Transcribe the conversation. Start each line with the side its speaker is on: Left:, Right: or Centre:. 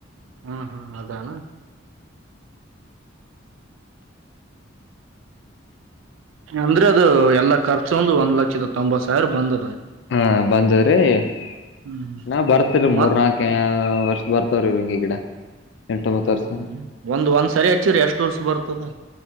Right: ಹ್ಮ, ಹಾ ಅದಲ್ಲಾ ಅಂದ್ರೆ ಅದು ಎಲ್ಲಾ ಖರ್ಚ ಒಂದು ಒಂದ್ ಲಕ್ಷದ ತೊಂಬತ್ ಸಾವಿರ ಬಂದದ.
Left: ಹಾ, ಬಂದದಾರಿಇನ್ನಾ
Right: ಹ್ಮ್
Left: ಬರ್ತರಿ ಮೂರ್ನಾಲ್ಕು
Right: ಮತ್
Left: ಏ ವರ್ಷ ಬರ್ತಾವ್ರಿ <unintelligible> ಗಿಡ ಎಂಟೊಂಬತ್ತು ವರ್ಷ
Right: ಹೌದ, ಒಂದ್ ಒಂದ ಸರಿ ಹಚ್ಚಿರ ಎಷ್ಟ್ ವರ್ಷ ಬರ್ತದ.